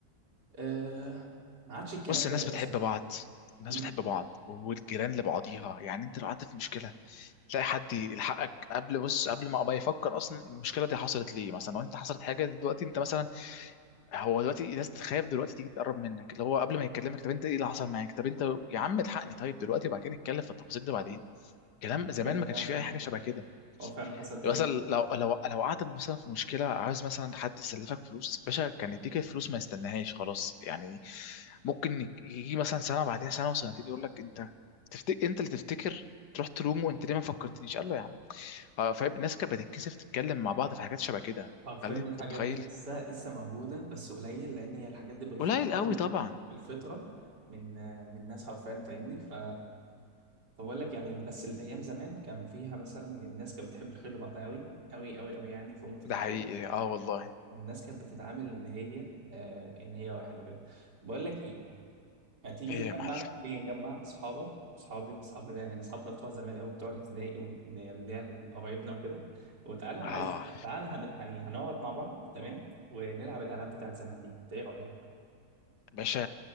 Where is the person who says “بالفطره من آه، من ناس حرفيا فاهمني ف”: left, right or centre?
Right